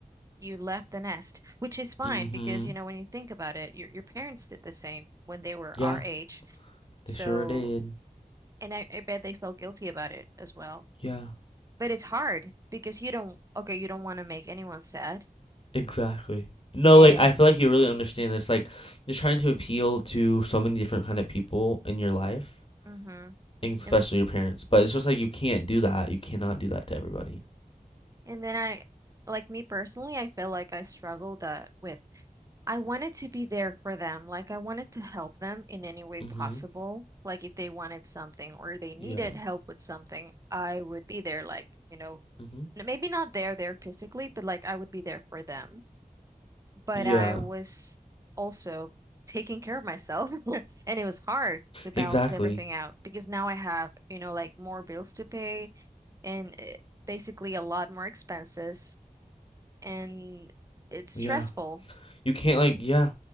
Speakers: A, on the right; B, on the left.
A: you left the nest, which is fine
B: Mhm.
A: because you know when you think about it, your your parents did the same when they were
B: Yeah,
A: our age. So,
B: they sure did.
A: and I, I bet they felt guilty about it as well.
B: Yeah,
A: But it's hard because you don't, okay, you don't want to make anyone sad,
B: exactly. No,
A: and
B: like I feel like you really understand that it's like you're trying to appeal to so many different kind of people in your life,
A: mm-hmm.
B: and especially
A: And
B: your parents. But it's just like you can't do that. You cannot do that to everybody.
A: And then I, like me personally, I feel like I struggled uh, with, I wanted to be there for them. Like I wanted to help them in any way
B: Mhm.
A: possible. Like if they wanted something or they needed
B: Yeah.
A: help with something, I would be there. Like, you know,
B: Mhm.
A: n- maybe not there, there physically, but like I would be there for them. But
B: Yeah.
A: I was also taking care of myself. <laughs> And it was hard to balance
B: Exactly.
A: everything out because now I have, you know, like more bills to pay and eh, basically a lot more expenses and it's stressful.
B: Yeah. You can't like yeah.